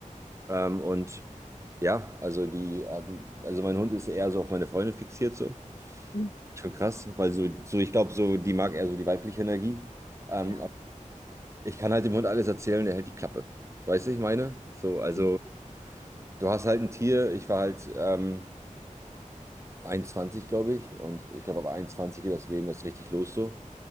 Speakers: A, on the right (about 20°); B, on the left (about 60°).
A: Ähm, und ja, also die, hatten- also mein Hund ist eher so auf meine Freundin fixiert, so.
B: Mhm.
A: Schon krass, weil so, so ich glaube, so die mag eher so die weibliche Energie. Ähm,
B: Ja,
A: aber ich kann halt dem Hund alles erzählen, der hält die Klappe. Weißt du, ich meine? So, also
B: mhm.
A: du hast halt ein Tier, ich war halt ähm, 21, glaube ich, und ich glaube, ab 21 geht das Leben erst richtig los so.